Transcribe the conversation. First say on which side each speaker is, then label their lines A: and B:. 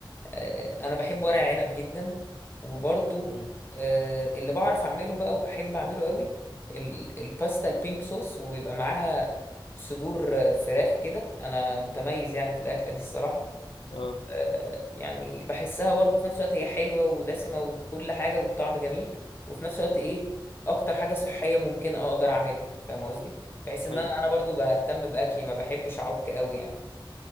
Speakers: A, on the left; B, on the left.
A: آه انا بحب ورق العنب جدا وبرضو
B: مم.
A: آه اللي بعرف اعمله بقى وبحب اعمله قوي ال- الباستا البينك صوص وبيبقى معاها صدور آه، فراخ كده انا متميز يعني في الاكله دي الصراحه
B: اه
A: آه، يعني بحسها برضو في نفس الوقت هي حلوة ودسمة وكل حاجة والطعم جميل وفي نفس الوقت ايه اكتر حاجة صحية ممكن اقدر اعملها فاهم قصدي بحيث ان
B: ايوه
A: انا انا برضو بهتم باكلي ما بحبش اعك قوي يعني